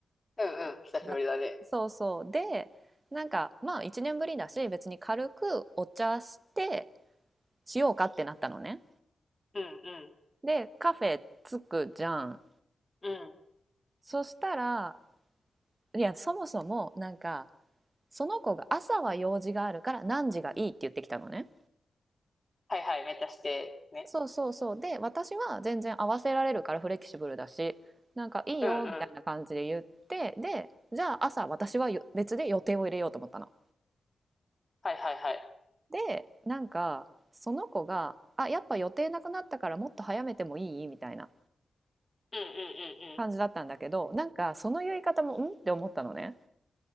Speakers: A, on the left (about 30°); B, on the right (about 35°).
A: うんうん。久しぶりだね。
B: だ。そうそう。で、なんかまあ1年ぶりだし、別に軽くお茶してしようかってなったのね。
A: うん
B: で、カフェ着くじゃん。
A: うん。うん。
B: そしたら、いや、そもそもなんか、その子が朝は用事があるから何時がいいって言ってきたのね。
A: はいはい。めっちゃして。ね。
B: そうそうそう。で、私は全然合わせられるからフレキシブルだし、なんかいいよみたいな感じで言って、
A: うんうん。
B: で、じゃあ朝私はよ別で予定を入れようと思ったの。
A: はいはいはい。
B: で、なんかその子が、あ、やっぱ予定なくなったからもっと早めてもいいみたいな
A: うんうん
B: 感じだったんだけど、なんかその言い方もんって思ったのね。